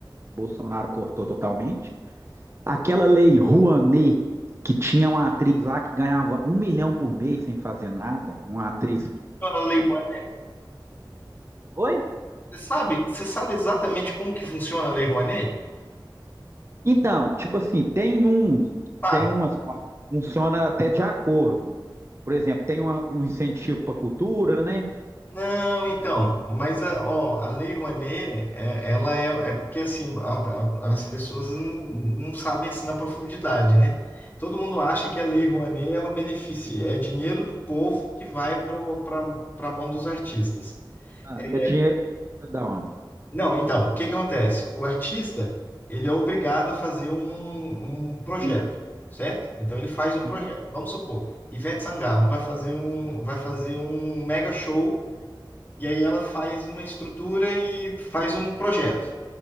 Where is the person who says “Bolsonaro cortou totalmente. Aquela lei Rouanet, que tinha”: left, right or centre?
Right